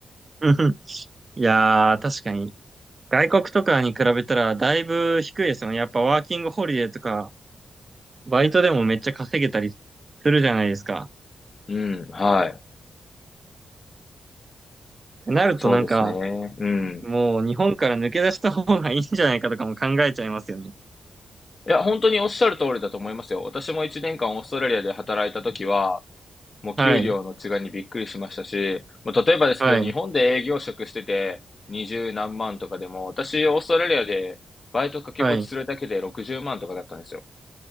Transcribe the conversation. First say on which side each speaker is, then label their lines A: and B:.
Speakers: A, on the right; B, on the left.
A: うんふんいやー、確かに。外国とかに比べたらだいぶ低いですよね。やっぱワーキングホリデーとか、バイトでもめっちゃ稼げたりするじゃないですか。
B: うん、はい。
A: てなるとなんか、
B: そうですね。うん。
A: もう日本から抜け出した方がいいんじゃないかとかも考えちゃいますよね。
B: いや、本当におっしゃる通りだと思いますよ。私も1年間オーストラリアで働いた時は、もう給料の違いにびっくりしましたし、
A: はい。
B: もう例えばですけど、
A: はい。
B: 日本で営業職してて20何万とかでも、私、オーストラリアでバイト掛け持ちするだけで60万とかだったんですよ。
A: はい。